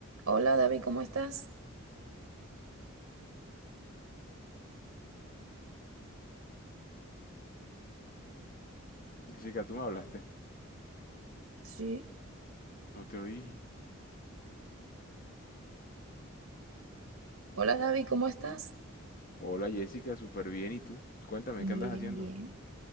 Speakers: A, on the right; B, on the left.
A: Hola David, ¿cómo estás?
B: Jessica, tú me hablaste.
A: Sí.
B: No te oí.
A: Hola David, ¿cómo estás?
B: Hola Jessica, súper bien. ¿Y tú? Cuéntame,
A: Bien,
B: ¿qué andas haciendo?
A: bien.